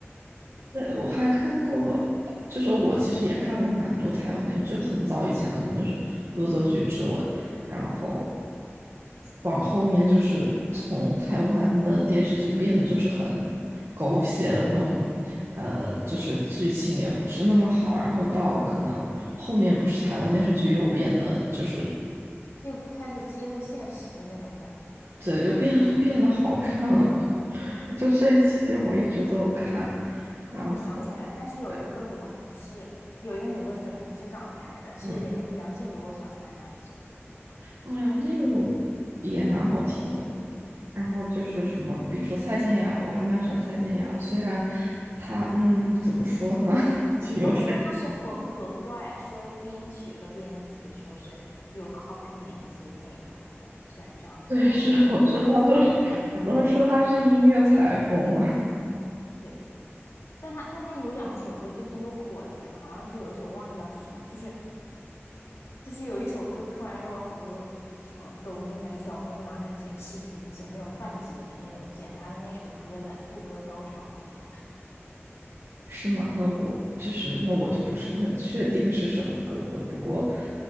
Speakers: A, on the right; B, on the left.
A: 对，我还看过，就是我其实也看过蛮多台湾电视剧，就很早以前可能就是《恶作剧之吻》，然后往后面就是从台湾的电视剧变得就是很狗血的那种，呃，就是剧情也不是那么好，然后到可能后面不是台湾电视剧又变得就是
B: 又开始揭露现实的那种感觉
A: 对，就变变得好看了，<laughs> 就这期间我一直都有看，
B: 啊！
A: 然后。
B: 我想起来了，但是有一个歌手，
A: 对。
B: 她不是有一个女歌手，她不是港台的，是林梁静茹，
A: 嗯。
B: 我小时候还蛮喜欢她的歌。的。
A: 哦，梁静茹也蛮好听的。然后就是什么，比如说蔡健雅，我还蛮喜欢蔡健雅的。虽然她，嗯，怎么说呢，<laughs> 就有点
B: 他们说他是缝合怪，说编曲和编词，说是又 copy 哪一些内容的。虽然这样说，
A: <laughs> 对，
B: 不知道有没有打击到你，
A: 是我知道，就是很多人说她是音乐裁缝嘛，
B: 因为你比较喜欢他。对，但他但他有两首歌最近又火了耶，好像是有一首忘记掉是什么，就是就是有一首歌突然又有好多什么抖音还是小红书拿出来剪视频，剪那种半截的那种，剪他的那首歌的副歌高潮部分。
A: 是吗？那我就是那我就不是很确定是什么歌了。不过，